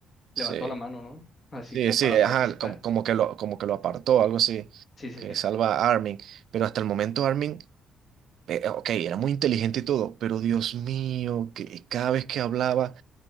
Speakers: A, on the right (about 70°); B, on the left (about 35°).
A: sí,
B: Levantó la mano, ¿no? Así
A: sí,
B: como
A: sí,
B: para
A: ajá,
B: participar.
A: como, como que lo, como que lo apartó, algo así,
B: Sí, sí,
A: que
B: sí.
A: salva a Armin. Pero hasta el momento Armin, eh, eh, ok, era muy inteligente y todo, pero Dios mío, que cada vez que hablaba...